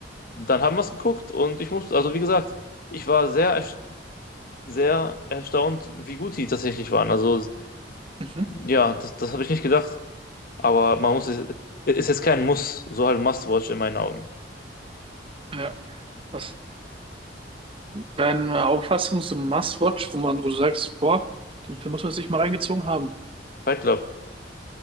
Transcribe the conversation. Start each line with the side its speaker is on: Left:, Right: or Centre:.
Left: dann haben wir es geguckt und ich musste, also wie gesagt, ich war sehr, erst- sehr erstaunt, wie gut die tatsächlich waren. Also
Right: Mhm.
Left: ja, das, das habe ich nicht gedacht, aber man muss es, ist jetzt kein Muss, so halt Must-Watch in meinen Augen.
Right: Ja. Was ist deine Auffassung zum Must-Watch, wo man, wo du sagst, boah, den Film muss man sich mal reingezogen haben.
Left: Fight Club.